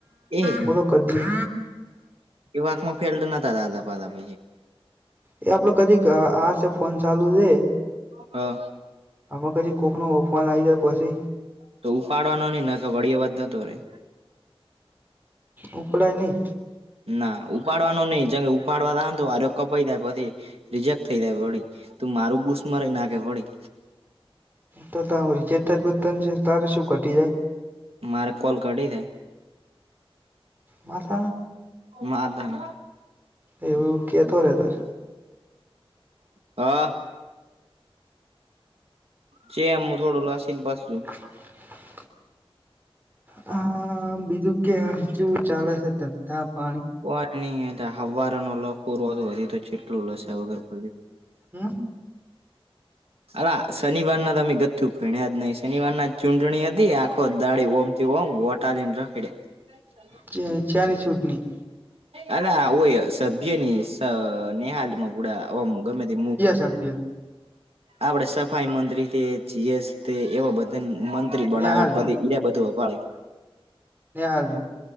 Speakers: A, on the right; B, on the right.
A: એ
B: મો તો કદી
A: એ વાકમાં ફેડ, નતા દાદા પાા પ
B: એ આપડો કદી આશે ફોન ચાલુ છેે.
A: હા
B: આમાં પછી કોકનો ઓફન આવી જાય પછી
A: તો ઉપાડવાનો નહી ના કે વળી અવાજ નતો રહેે.
B: ઉપકડાય ન
A: ના ઉપાડવાનું નઈ જ ઉપાડવા ત તો આ કપાઈાય પછી. રિજેક્ટ થઈ જાય વળી તું મારું બૂસ મારી નાખે વળી
B: ત રીજેટ થ જ ત તારે શું ઘટી જાય.
A: મારે કોલ કઢ થાય
B: માથ
A: મા તને
B: એવું કહેતો રે સર
A: હા. ચેમ થોડું લશિન પાછ
B: પતા હા બીજું કેમ કેવું ચાલે છે, ધંધા પાણી
A: હો નહી હ નર વધી તો છે. લા સ વગર પ
B: હમ
A: અરા શનિવારના તમે ગથ્થ ભણ્યા જ નહી શનિવાર ના ચૂંટણી હતી આખો દાડીી ઓમ તે હો ગોટા દન ર ખિડ્યા અચા
B: ચ ચની ચૂટની
A: અ ઓય સભ્યની નેહાાલમાં પુડા ગમે, તે
B: શબ્ય
A: આપડે સફાઈ મંત્રી જીએસ એવા બધા મ બના પ
B: નેહાલમાં
A: રા બધું વાડે
B: યા હાલમાં